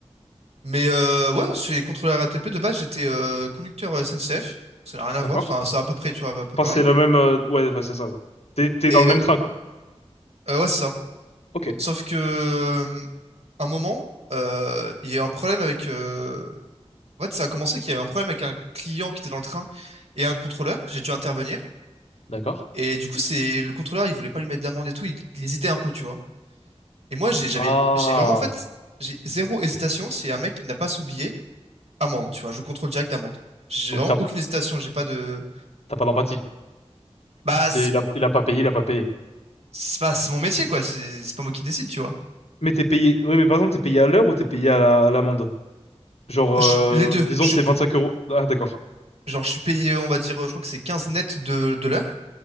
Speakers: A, on the right (about 65°); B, on the left (about 70°).
A: Mais euh, ouais, je suis contrôleur RATP. De base, j'étais euh, conducteur SNCF. Donc, ça n'a rien à
B: D'accord.
A: voir. Enfin, c'est à peu près, tu vois, à peu
B: Enfin,
A: pareil.
B: c'est la même... euh, ouais, ouais, c'est ça, ouais. T'es, t'es
A: Et
B: dans le même train, quoi.
A: euh, ouais, c'est ça.
B: Ok.
A: Sauf que, euh, un moment, euh, il y a eu un problème avec. euh, En fait, ça a commencé qu'il y avait un problème avec un client qui était dans le train et un contrôleur. J'ai dû intervenir.
B: D'accord.
A: Et du coup, c'est le contrôleur, il voulait pas lui mettre d'amende et tout. Il, il hésitait un peu, tu vois. Et moi, j'ai, j'avais,
B: Ah.
A: j'ai vraiment, en fait, j'ai zéro hésitation. C'est un mec qui n'a pas son billet, amende, tu vois, je contrôle direct amende. J'ai
B: Donc
A: vraiment
B: t'as,
A: aucune hésitation, j'ai pas de.
B: t'as pas d'empathie.
A: Bah,
B: C'est,
A: c'est
B: il a, il a pas payé, il a pas payé.
A: c'est pas, c'est mon métier, quoi, c'est c'est pas moi qui décide, tu vois.
B: Mais t'es payé. Oui, mais par exemple, t'es payé à l'heure ou t'es payé à la- à l'amende? Genre, euh,
A: Je- les deux,
B: disons,
A: je
B: c'est
A: suis, p-
B: 25 euros. Ah, d'accord.
A: genre, je suis payé, on va dire, je crois que c'est 15 net de, de l'heure.